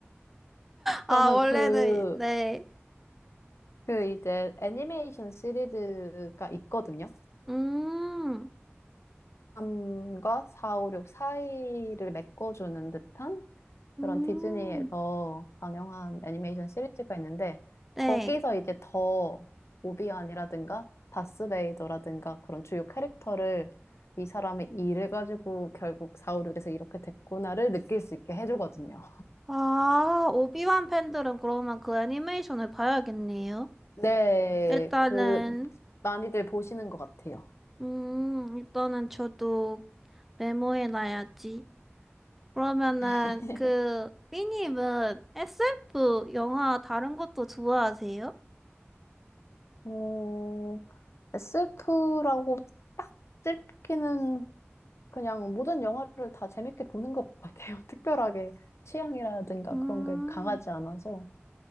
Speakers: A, in the centre; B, on the left (about 80°).
A: 아
B: 저는
A: 원래는
B: 그
A: 네.
B: 그 이제 애니메이션 시리즈가 있거든요.
A: 음.
B: 3과 4, 5, 6 사이를 메꿔주는 듯한 그런
A: 음.
B: 디즈니에서 방영한 애니메이션 시리즈가 있는데
A: 네.
B: 거기서 이제 더 오비안이라든가 다스베이더라든가 그런 주요 캐릭터를 이 사람의 일을 가지고 결국 4, 5, 6에서 이렇게 됐구나를 느낄 수 있게 해주거든요.
A: 아 오비완 팬들은 그러면 그 애니메이션을 봐야겠네요.
B: 네,
A: 일단은
B: 그 많이들 보시는 것 같아요.
A: 음 일단은 저도 메모해놔야지. 그러면은
B: <laughs>
A: 그 삐님은 SF 영화 다른 것도 좋아하세요?
B: 어, SF라고 딱 찝기는 그냥 모든 영화를 다 재밌게 보는 것 같아요. <laughs> 특별하게 취향이라든가
A: 음,
B: 그런 게 강하지 않아서.